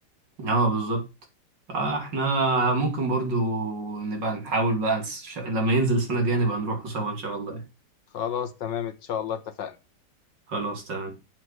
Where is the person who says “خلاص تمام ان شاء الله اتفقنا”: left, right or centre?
Left